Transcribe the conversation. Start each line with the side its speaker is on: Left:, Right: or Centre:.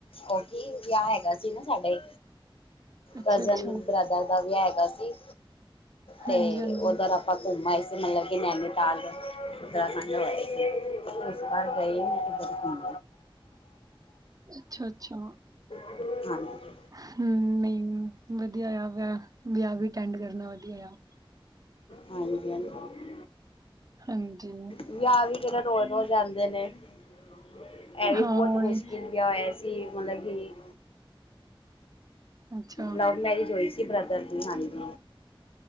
Left: ਉਹ ਕੀ ਵਿਆਹ ਹੈਗਾ ਸੀ ਨਾ ਸਾਡੇ
Right: ਅੱਛਾ
Left: ਕਜ਼ਨ
Right: ਅੱਛਾ
Left: ਬ੍ਰਦਰ ਦਾ ਵੀਆ ਹੈਗਾ ਸੀ ਤੇ
Right: ਹਾਂਜੀ ਹਾਂਜੀ
Left: ਓਧਰ ਘੁੰਮ ਆਈ ਸੀ ਮਤਲਬ ਕਿ ਨੈਨੀਤਾਲ ਉੱਤਰਾਖੰਡ ਹੋ ਆਈ ਸੀ ਇਸ ਬਾਰ ਗਈ ਨੀ ਕਿਧਰੇ
Right: ਅੱਛਾ ਅੱਛਾ
Left: <unintelligible> ਹਾਂਜੀ
Right: ਹਮ ਨਹੀਂ ਵਦੀਆ ਆ ਵਿਆਹ, ਵਿਆਹ ਵੀ ਅਟੈਂਡ ਕਰਨਾ ਵਦੀਆ ਆ
Left: ਹਾਂਜੀ ਹਾਂਜੀ
Right: ਹਾਂਜੀ
Left: ਵਿਆਹ ਵੀ ਕਿਹੜੇ ਰੋਜ਼ ਰੋਜ਼ ਆਂਦੇ ਨੇ ਇਹ ਵੀ
Right: ਹਾਂ
Left: ਬਹੁਤ
Right: ਉਹੀ
Left: ਮੁਸ਼ਕਿਲ ਵਿਆਹ ਹੋਆ ਸੀ ਮਤਲਬ ਕਿ
Right: ਅੱਛਾ
Left: ਲਵ ਮੈਰਿਜ ਹੋਈ ਸੀ ਬ੍ਰਦਰ ਦੀ ਹਾਜੀਂ ਦੀ